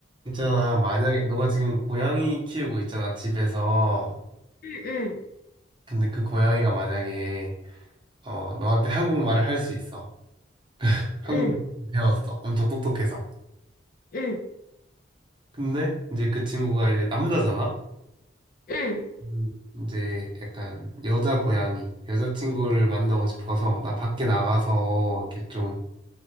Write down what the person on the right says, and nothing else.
있잖아, 만약에, 너가 지금 고양이 키우고 있잖아, 집에서.
근데 그 고양이가 만약에, 어, 너한테 한국말을 할 수 있어. 한국말
배웠어. 엄청 똑똑해서.
근데 이제 그 친구가 이제 남자잖아?
음, 이제 약간 여자 고양이, 여자친구를 만나고 싶어서 나 밖에 나가서 이렇게 좀